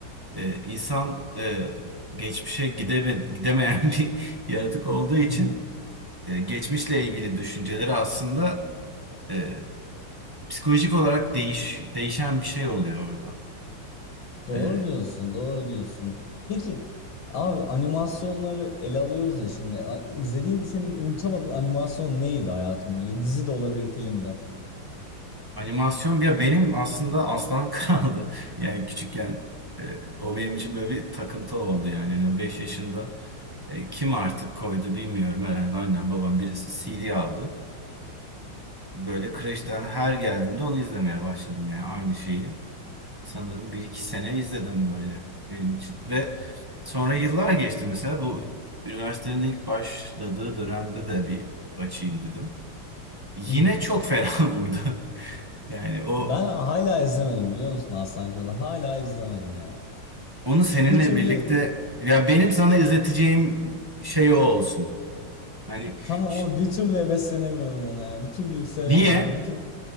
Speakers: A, on the right (about 15°); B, on the left (about 80°).
A: e, insan e, geçmişe gideme, gidemeyen <laughs> bir yaratık olduğu için
B: <laughs>
A: e, geçmişle ilgili düşünceleri aslında e, psikolojik olarak değiş, değişen bir şey oluyor orada.
B: Doğru
A: E,
B: diyorsun, doğru diyorsun. Peki, abi animasyonları ele alıyoruz ya şimdi. A- İzlediğin, senin unutamadığın animasyon neydi hayatım boyunca? Dizi de olabilir, film de.
A: Animasyon ya benim aslında Aslan Kral'dı. <laughs> Yani küçükken e, o benim için böyle bir takıntı oldu yani. Hani 5 yaşında e, kim artık koydu bilmiyorum herhalde annem babam birisi CD aldı. Böyle kreşten her geldiğimde onu izlemeye başladım yani aynı şeyi. Sanırım bir iki sene izledim böyle benim için. Ve sonra yıllar geçti mesela bu üniversitenin ilk başladığı dönemde de bir açayım dedim. Yine
B: <laughs>
A: çok fena <laughs> vurdu. Yani o
B: Ben hala izlemedim biliyor musun Aslan Kralı? Hala izlemedim ya.
A: Onu seninle
B: Bir türlü,
A: birlikte ya benim sana izleteceğim şey o olsun. Hani
B: tamam
A: ş-
B: ama bir türlü heveslenemiyorum ona ya. Bir türlü yükselemiyorum,
A: niye?
B: bir türlü